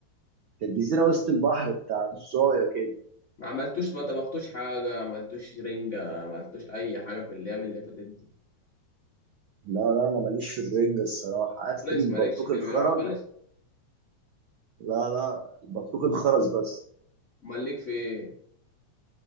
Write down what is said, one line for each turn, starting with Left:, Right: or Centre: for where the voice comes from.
Right: كانت جزيره وسط البحر بتاع نصايه كده
Left: ما عملتوش ما طبختوش حاجة ما عملتوش رنجة ما عملتوش أي حاجة في الأيام اللي فاتت دي
Right: لا لا انا ماليش في الرنجة الصراحة
Left: خالص
Right: اخري البطروخ
Left: مالكش في
Right: الخرز
Left: الملاحة خالص
Right: لا لا البطروخ الخرز بس
Left: امال ليك في ايه